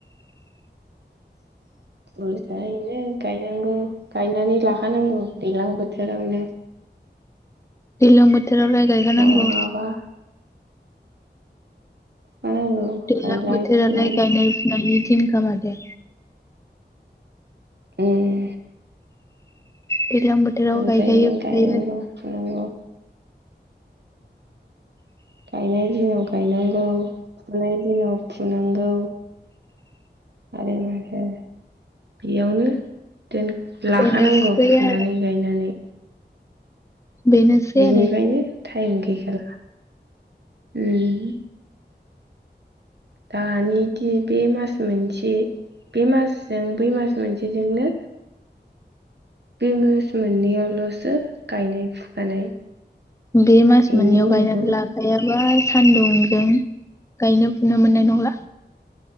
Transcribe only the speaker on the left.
दैलां बोथ बोथोराव लाय गायखानांगौ।
दैलां
बोथोरालाय
गायनाय फुनानि दि दिनखा माथो।
दैज्लां बोथोराव
गायखायो फुखायो
बेनोसै
आरो
बेनोसै
आरो
बे मास
मोननैयाव
गायनानै लाखायाबा सानदुंजों गायनो फुनो मोननाय नंला।